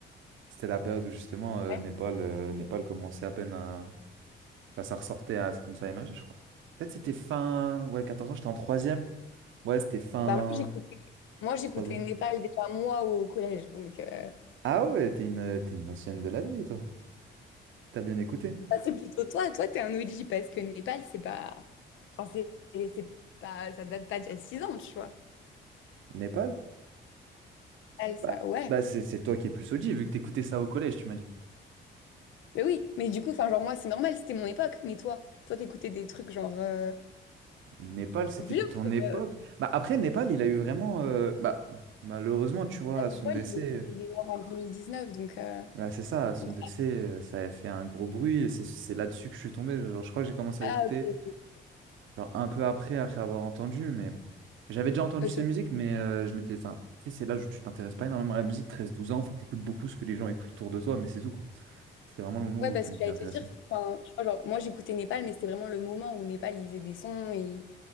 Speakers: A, on the right; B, on the left.
A: C'était la période où justement euh,
B: Ouais.
A: Népal, euh, Népal commençait à peine à. Enfin, ça ressortait, à... ça commençait à émerger, je crois. Peut-être c'était fin. Ouais, 14 ans, j'étais en troisième. Ouais, c'était fin.
B: Bah moi j'écoutais moi j'écoutais
A: En troisième.
B: Népal déjà moi au collège, donc euh,
A: Ah ouais, t'es une, t'es une ancienne de la vie, toi. T'as bien écouté.
B: Bah, c'est plutôt toi, toi t'es un OG parce que Népal c'est pas, enfin c'est c'est pas, ça date pas d'il y a six ans, tu vois.
A: Népal?
B: Népal, ça,
A: Bah,
B: ouais.
A: bah c'est c'est toi qui es plus OG, vu que t'écoutais ça au collège, tu m'as dit.
B: Mais oui, mais du coup, enfin genre moi c'est normal, c'était mon époque, mais toi, toi t'écoutais des trucs genre euh,
A: Népal, c'était
B: vieux
A: ton
B: pour
A: époque.
B: euh,
A: Bah, après, Népal, il a eu vraiment. euh, bah, malheureusement, tu vois,
B: à
A: à son
B: Népal,
A: décès.
B: il est,
A: euh,
B: il est mort en 2019, donc euh,
A: ouais, c'est ça, à son
B: donc
A: décès, euh, ça a fait un gros bruit. et C'est c'est là-dessus que je suis tombé. Genre, je crois que j'ai commencé
B: ah
A: à l'écouter
B: ok ok.
A: genre, un peu après, après avoir entendu. Mais j'avais déjà entendu
B: Ok.
A: ses musiques, mais euh, je m'étais. Enfin, tu sais, c'est l'âge où tu t'intéresses pas énormément à la musique, Treize, douze ans. Enfin, t'écoutes beaucoup ce que les gens écoutent autour de toi, mais c'est tout, quoi. C'était vraiment le moment
B: Ouais
A: où
B: parce
A: je
B: que
A: m'étais
B: j'allais
A: intéressé.
B: te dire, enfin tu vois genre moi j'écoutais Népal, mais c'était vraiment le moment où Népal il faisait des sons et